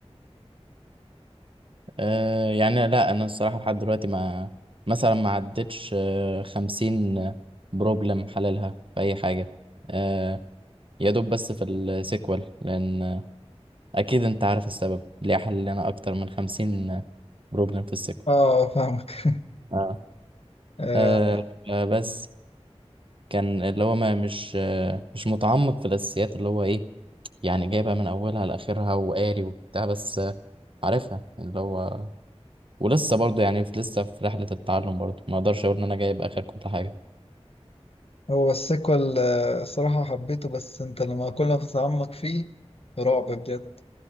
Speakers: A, on the right; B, on the left.
A: أه يعني لا انا الصراحه لحد دلوقتي ما مثلا ما عدتش آه، خمسين بروبلم حللها في اي حاجه آه، يا دوب بس في السيكوال لان اكيد انت عارف السبب ليه حلنا اكتر من خمسين بروبلم في السيكوال
B: اه فاهمك <laughs>
A: اه,
B: آه،
A: آه آه، بس كان اللي هو ما مش آه مش متعمق في الاساسيات اللي هو ايه يعني جايبها من اولها لاخرها وقاري وبتاع بس آه عارفها اللي هو ولسه برضو يعني في- لسه في رحلة التعلم برضو ما اقدرش اقول ان انا جايب اخر كل حاجة
B: هو السيكوال آه، صراحة حبيته بس أنت لما كل ما تتعمق فيه رعب بجد